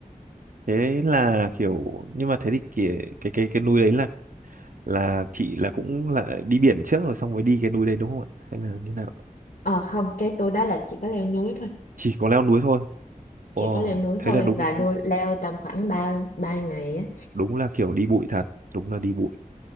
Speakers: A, on the right (about 70°); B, on the left (about 80°).
A: thế là kiểu nhưng mà thế thì kìa, cái cái cái núi đấy là là chị là cũng là đi biển trước rồi xong mới đi cái núi đấy đúng không ạ hay là như nào
B: ờ không cái tôi đó là chỉ có leo núi thôi
A: chỉ có leo núi thôi ồ
B: chỉ có leo núi
A: thế
B: thôi
A: là đúng
B: và nuôi leo tầm khoảng ba ba ngày á
A: đúng là kiểu đi bụi thật đúng là đi bụi